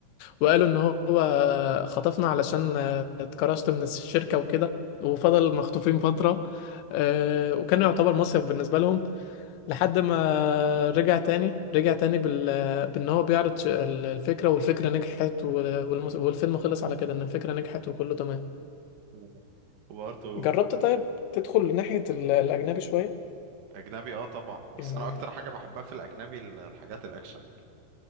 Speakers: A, on the left; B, on the right.
A: وقالوا ان هو خطفنا علشان اتكرشت من الشركة وكده وفضل مخطوفين فترة آه، وكان يعتبر مصيف بالنسبة لهم لحد ما رجع تاني رجع تاني بال... بان هو بيعرض ش- الفكرة والفكرة نجحت وال... والمس... والفيلم خلص على كده ان الفكرة نجحت وكله تمام
B: مم. وبرضه
A: جربت طيب تدخل ناحية ال- الأجنبي شوية
B: اجنبي اه طبعا بس
A: يعني
B: انا اكتر حاجه بحبها في الاجنبي ال- الحاجات الاكشن